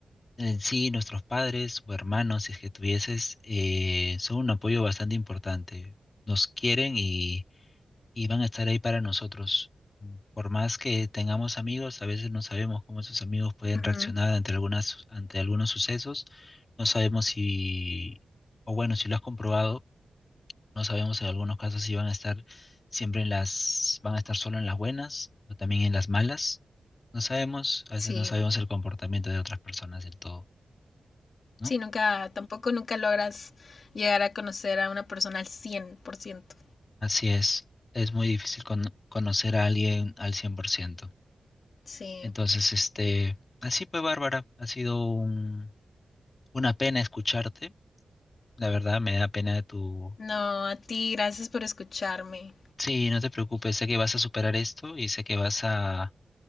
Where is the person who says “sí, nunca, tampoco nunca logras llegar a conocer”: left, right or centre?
Left